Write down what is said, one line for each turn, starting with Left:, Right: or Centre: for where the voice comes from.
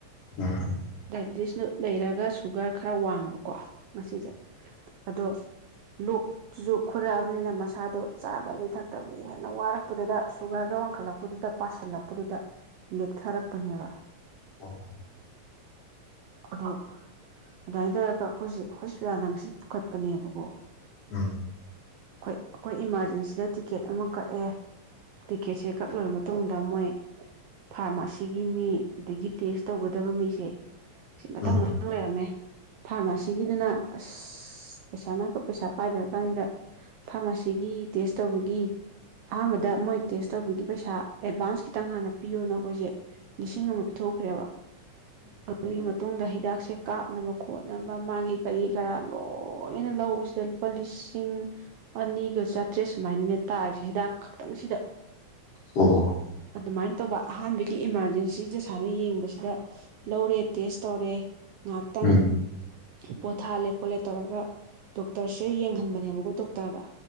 Left: ꯎꯝ ꯎꯝ ꯑꯣ
Right: ꯗꯥꯏꯕꯤꯦꯇꯤꯁꯅ ꯂꯩꯔꯒ ꯒ ꯁꯨꯒꯔ ꯈꯔ ꯋꯥꯡꯕꯀꯣ ꯃꯁꯤꯁꯤꯁꯦ ꯑꯗꯣ ꯂꯣꯛ ꯆꯨꯖꯨ ꯈꯣꯏꯔꯛꯑꯕꯅꯤꯅ ꯃꯁꯥꯗꯣ ꯆꯥꯗꯕꯩ ꯊꯛꯇꯕꯒꯤ ꯍꯥꯏꯅ ꯋꯥꯔꯛꯄꯗꯨꯗ ꯁꯨꯒꯔꯒ ꯋꯥꯡꯈꯠꯂꯛꯄꯗꯨꯗ ꯄꯁꯤꯜꯂꯛꯄ ꯗꯨꯗ ꯂꯦꯛꯊꯔꯛꯄꯅꯦꯕ
Left: ꯑꯣ
Right: ꯑꯗꯣ ꯑꯗꯨꯃꯥꯏꯅ ꯇꯧꯔꯒ ꯑꯩꯈꯣꯏꯁꯦ ꯍꯣꯁꯄꯤꯇꯥꯜꯗ ꯉꯁꯤ ꯄꯨꯈꯠꯄꯅꯦꯕꯀꯣ
Left: ꯎꯝ
Right: ꯑꯩꯣꯏ ꯑꯩꯈꯣꯏ ꯏꯃꯥꯔꯖꯦꯟꯁꯤꯗ ꯇꯤꯛꯀꯦꯠ ꯑꯃ ꯀꯛꯑꯦ ꯇꯤꯀꯦꯠꯁꯦ ꯀꯛꯂꯣꯏꯔ ꯃꯇꯨꯡꯗ ꯃꯣꯏ ꯐꯥꯔꯃꯥꯁꯤꯒꯤ ꯃꯤ ꯑꯗꯒꯤ ꯇꯦꯁ ꯇꯧꯒꯗꯕ ꯃꯤꯁꯦ ꯁꯤ ꯃꯊꯪ
Left: ꯎꯝ ꯑꯣ
Right: ꯃꯊꯪ ꯂꯩꯔꯝꯃꯦ ꯐꯥꯔꯃꯥꯁꯤꯒꯤꯗꯅ ꯑꯁ ꯄꯩꯁꯥ ꯛꯀ ꯄꯩꯁꯥ ꯄꯥꯏꯗ꯭ꯔ ꯀꯥꯟꯁꯤꯗ ꯐꯥꯔꯃꯥꯁꯤꯒꯤ ꯇꯦꯁ ꯇꯧꯕꯒꯤ ꯑꯍꯥꯟꯕꯗ ꯃꯣꯏ ꯇꯦꯁ ꯇꯧꯕꯒꯤ ꯄꯩꯁꯥ ꯑꯦꯗꯚꯥꯟꯁ ꯈꯤꯇꯪ ꯍꯥꯟꯅ ꯄꯤꯌꯣꯅ ꯑꯩꯈꯣꯏꯁꯦ ꯂꯤꯁꯤꯡ ꯑꯃ ꯄꯤꯊꯣꯛꯈ꯭ꯔꯦꯕ ꯑꯗꯨꯒꯤ ꯃꯇꯨꯡꯗ ꯍ ꯍꯤꯗꯥꯛꯁꯦ ꯀꯥꯞꯅꯕ ꯈꯣꯠꯅꯕ ꯃꯥꯒꯤ ꯀꯔꯤ ꯀꯔꯥ ꯂꯣꯏꯅ ꯂꯧꯕꯁꯤꯗ ꯂꯨꯄꯥ ꯂꯤꯁꯤꯡ ꯑꯅꯤꯒ ꯆꯥꯇ꯭ꯔꯦꯠ ꯁꯨꯃꯥꯏꯅꯅꯦ ꯇꯥꯔꯤꯁꯦ ꯍꯤꯗꯥꯛ ꯈꯛꯇꯪꯁꯤꯗ
Left: ꯑ
Right: ꯑꯗꯨꯃꯥꯏꯅ ꯇꯧꯕ ꯑꯍꯥꯟꯕꯒꯤ ꯏꯃꯥꯔꯖꯦꯟꯁꯤꯁꯤꯗ ꯁꯨꯃꯥꯏꯅ ꯌꯦꯡꯕꯁꯤꯗ ꯂꯧꯔꯦ ꯇꯦꯁ ꯇꯧꯔꯦ ꯉꯥꯏꯍꯥꯛꯇꯪ
Left: ꯎꯝ
Right: ꯄꯣꯊꯥꯍꯜꯂꯦ ꯈꯣꯠꯂꯦ ꯇꯧꯔꯒ ꯗꯣꯛꯇꯔꯁꯦ ꯌꯦꯡꯍꯟꯕꯅꯦꯕꯀꯣ ꯗꯣꯛꯇꯔꯗ